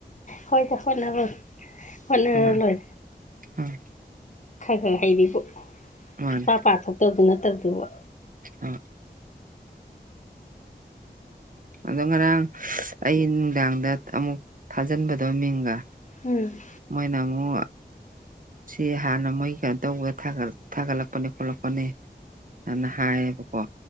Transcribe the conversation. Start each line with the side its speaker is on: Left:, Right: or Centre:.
Left: ꯍꯣꯏꯗ ꯍꯣꯅꯔ ꯍꯣꯅꯔ
Right: ꯎꯝ
Left: ꯂꯣꯏ
Right: ꯎꯝ
Left: ꯈꯔ ꯈꯔ ꯍꯥꯏꯩꯔꯤꯕꯔꯤꯕ
Right: ꯃꯥꯅꯦ
Left: ꯁꯨꯄꯥ ꯄꯥ ꯊꯣꯛꯇꯕꯗꯨ ꯅꯠꯇꯕꯗꯨꯕꯨ
Right: ꯑ ꯑꯗꯣ ꯉꯔꯥꯡ ꯑꯩ ꯅꯨꯡꯗꯥꯡꯗ ꯑꯃꯨꯛ ꯊꯥꯖꯤꯟꯕꯗꯣ ꯃꯤꯡꯒ
Left: ꯎꯝ
Right: ꯃꯣꯏꯅꯥ ꯑꯃꯨ ꯁꯤ ꯍꯥꯟꯅ ꯃꯣꯏ ꯀꯩꯅꯣ ꯇꯧꯕꯒ ꯊꯥꯒꯠꯂꯛꯄꯅꯦ ꯈꯣꯠꯂꯛꯄꯅꯦ ꯑꯗꯨꯅ ꯍꯥꯏꯌꯦꯕꯀꯣ